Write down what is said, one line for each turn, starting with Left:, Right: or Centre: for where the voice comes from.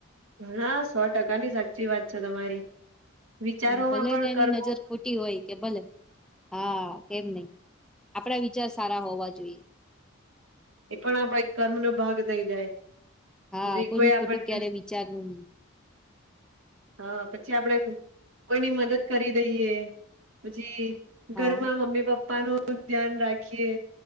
Right: હા, સો ટકા ની સાચી વાત છે તમારી. વિચારોમાં
Centre: ભલે
Right: પણ
Centre: ને એની
Right: કર્મ
Centre: નજર ખોટી હોય કે ભલે હા કેમ નઈ આપણા વિચાર સારા હોવા જોઈએ.
Right: એ પણ આપણા એક કર્મ નો ભાગ થઈ જાય.
Centre: હા
Right: પછી
Centre: કોઈનું
Right: કોઈ
Centre: ખોટું
Right: આપને
Centre: ક્યારે વિચારવું નહી.
Right: હા પછી આપડે કોઈની મદદ કરી દઈએ. પછી
Centre: હા
Right: ઘરમાં મમ્મી પપ્પા નું ધ્યાન રાખીએ.